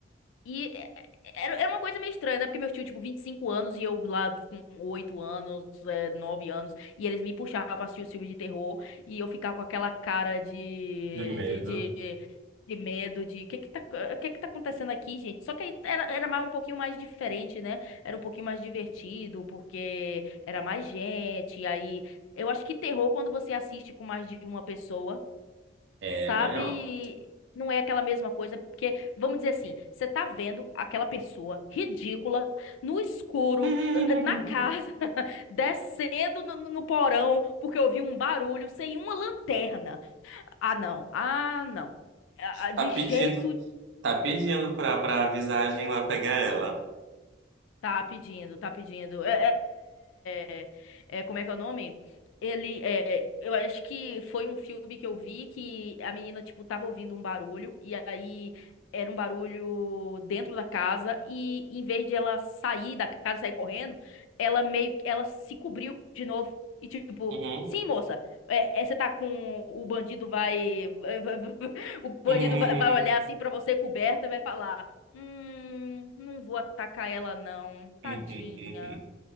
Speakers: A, on the left; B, on the right.
A: e é- era, era uma coisa meio estranha, né? Porque meu tio, tipo, 25 anos e eu lá com 8 anos, é, 9 anos, e eles me puxavam pra assistir os filmes de terror e eu ficava com aquela cara de,
B: De medo.
A: de, de, de medo, de que que tá, o que que tá acontecendo aqui, gente? Só que aí era, era mais, um pouquinho mais diferente, né? Era um pouquinho mais divertido, porque era mais gente, e aí. Eu acho que terror, quando você assiste com mais de uma pessoa,
B: É
A: sabe?
B: melhor.
A: Não é aquela mesma coisa, porque, vamos dizer assim, você tá vendo aquela pessoa ridícula, no escuro,
B: <laughs>
A: eh, na casa, <laughs> descendo no, no- no porão, porque ouviu um barulho, sem uma lanterna. Ah, não. Ah, não. Ah, ah, de
B: Tá
A: jeito.
B: pedindo, tá pedindo pra, pra visagem lá pegar ela.
A: Tá pedindo, tá pedindo. É, é, é- é, como é que é o nome? Ele, é, eu acho que foi um filme que eu vi que a menina, tipo, tava ouvindo um barulho e aí era um barulho dentro da casa e em vez de ela sair da casa, sair correndo, ela meio, que- ela se cobriu de novo e tipo,
B: Uhum.
A: sim, moça, é, é, você tá com, o bandido vai, <laughs> vai- vai- vai- o bandido
B: <laughs>
A: vai, vai olhar assim pra você coberta e vai falar Hum, não vou atacar ela, não.
B: <laughs>
A: Tadinha. <laughs>